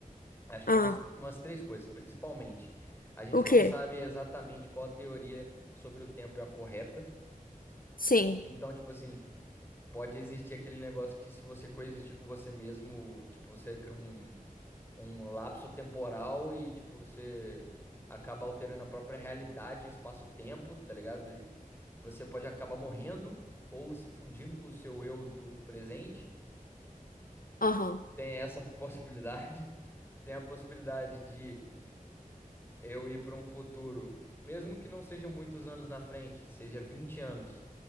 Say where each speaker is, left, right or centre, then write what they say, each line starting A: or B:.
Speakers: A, on the left (about 15°); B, on the left (about 75°).
A: Acho que
B: Ah,
A: são umas, umas três coisas, principalmente. A gente
B: o quê?
A: não sabe exatamente qual a teoria sobre o tempo é a correta.
B: Sim.
A: Então, tipo assim, pode existir aquele negócio que se você coexistir com você mesmo, tipo, você cria um, um lapso temporal e, tipo, você acaba alterando a própria realidade, espaço-tempo, tá ligado? E você pode acabar morrendo ou se fundindo com o seu eu do presente.
B: Aham.
A: Tem essa possibilidade. <laughs> Tem a possibilidade de eu ir para um futuro, mesmo que não seja muitos anos na frente, seja 20 anos.